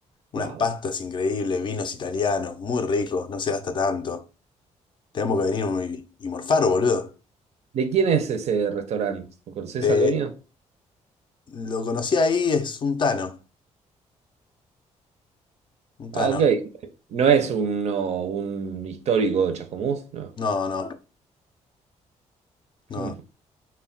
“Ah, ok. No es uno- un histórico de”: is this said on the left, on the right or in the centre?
Right